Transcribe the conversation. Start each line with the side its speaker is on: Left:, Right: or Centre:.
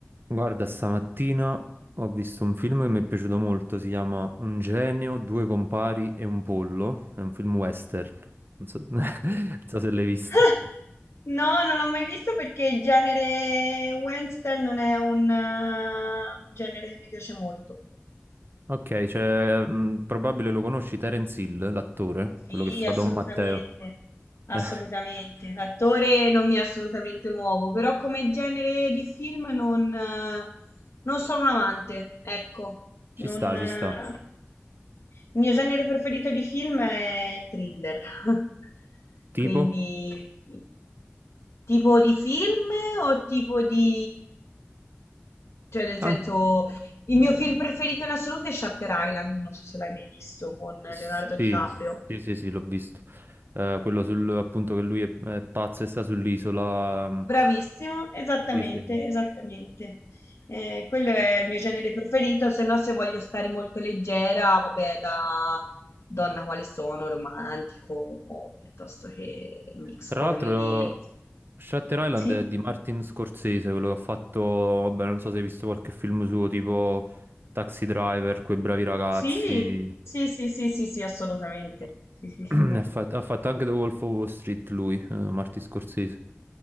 Right: Guarda, stamattina ho visto un film che mi è piaciuto molto, si chiama Un genio, due compari e un pollo, è un film western, non so, <laughs> non so se l'hai visto.
Left: <laughs> No, non l'ho mai visto perché il genere western non è un eh, genere che mi piace molto.
Right: Ok, cioè, mh, probabile lo conosci Terence Hill, l'attore,
Left: Sì,
Right: quello che fa
Left: assolutamente,
Right: Don Matteo.
Left: assolutamente.
Right: Eh,
Left: L'attore non mi è assolutamente nuovo, però come genere di film non, eh, non sono un amante, ecco.
Right: ci
Left: Non,
Right: sta,
Left: eh,
Right: ci sta.
Left: Il mio genere preferito di film è il thriller. <laughs>
Right: Tipo?
Left: Quindi, tipo di film o tipo di... Cioè, nel
Right: An-
Left: senso, il mio film preferito in assoluto è Shutter Island, non so se l'hai mai visto, con Leonardo
Right: sì,
Left: DiCaprio.
Right: sì, sì, sì, l'ho visto. Eh, quello sul, appunto che lui è, è pazzo e sta sull'isola. mh,
Left: Bravissimo, esattamente,
Right: Sì, sì.
Left: esattamente. Eh, quello è il mio genere preferito, se no se voglio stare molto leggera, vabbè, da donna quale sono, romantico, o piuttosto che mix
Right: Tra
Left: comedy.
Right: l'altro, Shutter Island
Left: Sì,
Right: è di Martin Scorsese, quello che ha fatto, vabbè, non so se hai visto qualche film suo, tipo Taxi Driver, Quei bravi ragazzi.
Left: sì, sì, sì, sì, sì, sì, assolutamente.
Right: No.
Left: Sì, sì, sì,
Right: <clears throat>
Left: sì.
Right: Ne Ha fatto, ha fatto anche The Wolf of Wall Street lui, eh, Martin Scorsese.